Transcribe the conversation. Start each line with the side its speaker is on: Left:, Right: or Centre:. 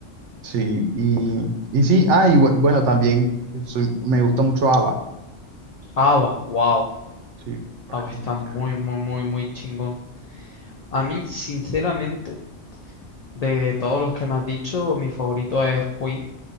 Right: Sí, y, y sí, ah, y bu- bueno, también soy- me gusta mucho ABBA,
Left: ABBA, wow.
Right: sí, me parece
Left: ABBA está
Right: muy chévere.
Left: muy, muy, muy, muy chingón. A mí, sinceramente, de todos los que me has dicho, mi favorito es Queen.